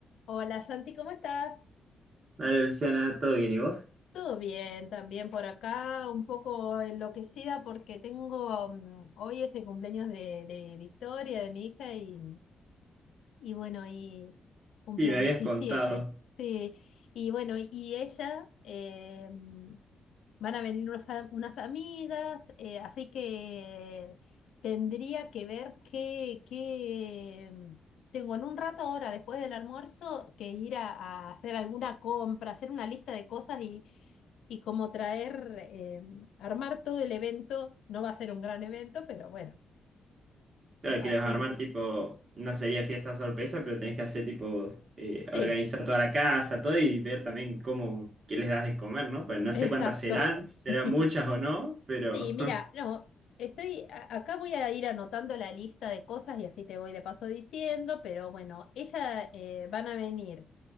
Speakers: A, on the left; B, on the right.
A: Hola Santi, ¿cómo estás?
B: Vale, Luciana, ¿todo bien? ¿Y vos?
A: Todo bien, también por acá, un poco enloquecida porque tengo, mm, hoy es el cumpleaños de, de Victoria, de mi hija, y Y bueno, y cumple
B: Sí, me
A: diecisiete
B: habías contado.
A: sí. Y bueno, y ella, eh, van a venir unos a- unas, amigas, eh, así que tendría que ver qué, qué, mm, tengo en un rato ahora, después del almuerzo, que ir a, a hacer alguna compra, hacer una lista de cosas y, y como traer, eh, armar todo el evento. No va a ser un gran evento, pero bueno,
B: Claro,
A: así.
B: que les vas a armar tipo una serie de fiestas sorpresa, pero tenés que hacer tipo eh,
A: Sí,
B: organizar toda la casa, todo y ver también cómo, qué les das de comer, ¿no? Pues no
A: exacto.
B: sé cuántas serán, serán
A: <laughs>
B: muchas o no, pero
A: Sí, mira,
B: <laughs>
A: no, estoy, a- acá voy a ir anotando la lista de cosas y así te voy de paso diciendo, pero bueno, ella eh, van a venir